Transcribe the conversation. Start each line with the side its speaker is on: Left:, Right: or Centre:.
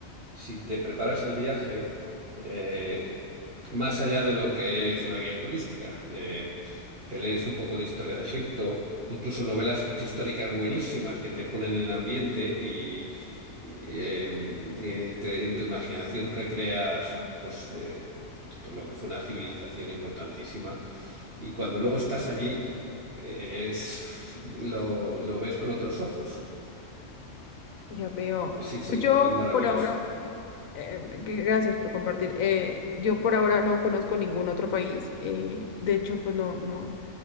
Right: si te preparas el viaje eh, más allá de lo que es una guía turística. eh, te lees un poco de historia de Egipto, incluso novelas históricas buenísimas que te ponen en ambiente y eh, eh, te- en tu imaginación recreas pues, eh, pues lo que fue una civilización importantísima. Y cuando luego estás allí, eh, es, lo, lo ves con otros ojos.
Left: ya veo.
Right: Sí, sí,
Left: Pues yo
Right: es maravilloso,
Left: por ahora, em, que- gracias por compartir, eh, yo por ahora no conozco ningún otro país, eh, de hecho, pues no, no,